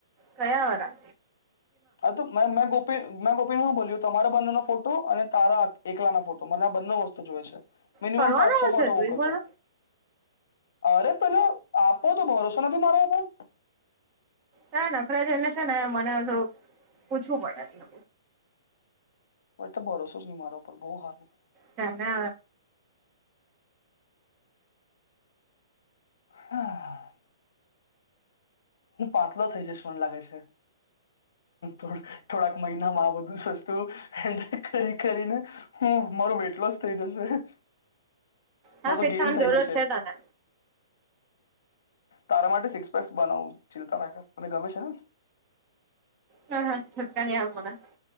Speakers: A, on the right; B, on the left.
A: કયા હોરા
B: હ તો મે મેં ગોપ મેં ગોપીને શું બોલ્યું તમારા બંને નો ફોટો અને તારા એકલા ના ફોટો મને આ બંને વસ્તુ જોય છે મિનિમમ
A: ફરવાનું
B: પાંચ છો
A: હશે
B: ફોટો
A: તું
B: મોકલજો
A: એ પણ
B: અરે પેલો આપો તો ભરોસો નથી મારા ઉપર
A: ના નખરા જોઈને છે ને મનેધું પૂછવું પડેને
B: એટલે ભરોસો જ નહી મારા ઉપર બહુ સારું
A: તને
B: હા હું પાતલો થઇ જસ મને લાગે છે થોડાક મહિનામાં આ બધું જ વસ્તુ હેન્ડલ કરી કરીને હું મારું વેટ લોસ થઈ જશે
A: હા
B: ના તો
A: ફિટ
B: ગેન
A: થવાની
B: થઈ
A: જરૂરત
B: જશે
A: છે તને
B: તારા માટે સિક્સ પેક્સ બનાવવું છે તર મને ગમે છે ને
A: હા હા સરક્કણી આમોના